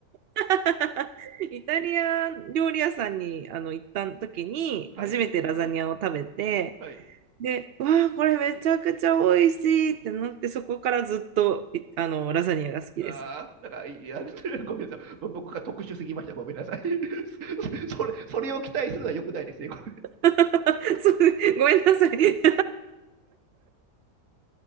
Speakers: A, on the right (about 85°); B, on the right (about 55°).
A: <laughs> イタリア料理屋さんにあの行った時に、
B: <laughs> はい、
A: 初めてラザニアを食べて、
B: はい。
A: で、わあ、これめちゃくちゃ美味しいってなって、そこからずっと、いあの、ラザニアが好きです。
B: ああ、なんか、いや、ごめんなさい。<laughs> 僕が特殊すぎました。ごめんなさい。<laughs> それ、それを期待するのは良くないですね。<laughs>
A: <laughs> そうごめんなさい。